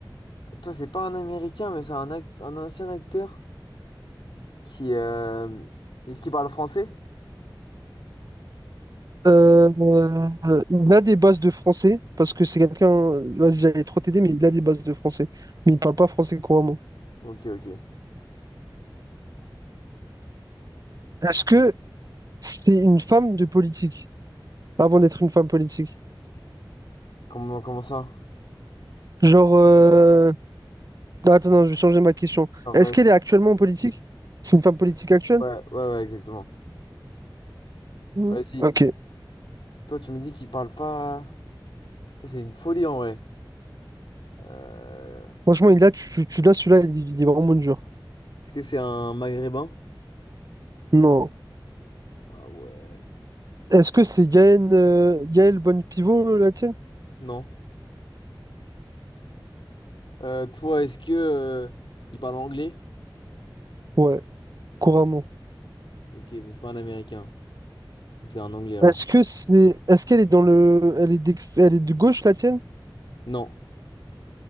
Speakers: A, on the left (about 75°); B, on the right (about 45°).
A: toi, c'est pas un Américain, mais c'est un, act- un ancien acteur qui... euh, Est-ce qu'il parle français?
B: Euh, euh, il a des bases de français parce que c'est quelqu'un. Vas-y, j'allais trop t'aider, mais il a des bases de français. Mais il parle pas français couramment.
A: Ok, ok.
B: Est-ce que c'est une femme de politique avant d'être une femme politique?
A: Comment, comment ça?
B: Genre. euh, non, Attends, non, je vais changer ma question.
A: En
B: Est-ce
A: vrai,
B: qu'elle est actuellement en politique? C'est une femme politique actuelle?
A: Ouais, ouais, ouais, exactement.
B: Mm.
A: Vas-y.
B: Ok.
A: Toi, tu me dis qu'il parle pas... Ça, c'est une folie, en vrai. Euh,
B: Franchement, il a, tu, tu l'as, celui-là, il, il est vraiment dur.
A: Est-ce que c'est un Maghrébin?
B: Non.
A: Ah ouais.
B: Est-ce que c'est Yael, euh, Yael Bonne Pivot, la tienne?
A: Non. Euh, toi, est-ce que... euh, Il parle anglais?
B: Ouais, couramment.
A: Ok, mais c'est pas un Américain. Donc, C'est un Anglais, alors.
B: Est-ce que c'est, est-ce qu'elle est dans le, elle est d'ex- elle est de gauche, la tienne?
A: Non.